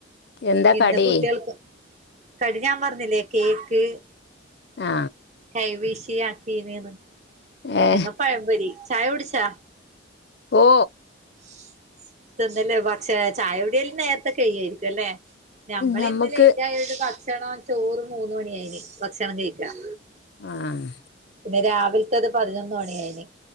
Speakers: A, on the left; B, on the right.
A: എന്താ
B: ഇന്ന്
A: കടി
B: കുട്ട്യേൾക്ക് കടി ഞ്ഞാൻ പറഞ്ഞില്ലേ കേക്ക്
A: ആ
B: കെവിശിയ് ആക്കീനിന്ന്, ഇല്ലങ്ങ
A: ഏ
B: പഴമ്പൊരി. ചായ കുടിച്ചാ
A: ഓ
B: <unintelligible> പക്ഷെ ചായ കുടിയല്ലോ നേരത്തെ കൈയ്യായിരിക്കും അല്ലേ നമ്മള്
A: ഞമ്മക്ക്
B: ഇന്ന് ലേറ്റ് ആയോണ്ട് ഭക്ഷണം ചോറ് മൂന്ന് മണി ആയിന് ഭക്ഷണം കഴിക്കാൻ
A: ആഹ്
B: പിന്നെ രാവിലത്തത് പതിനൊന്ന് മണിയായിന്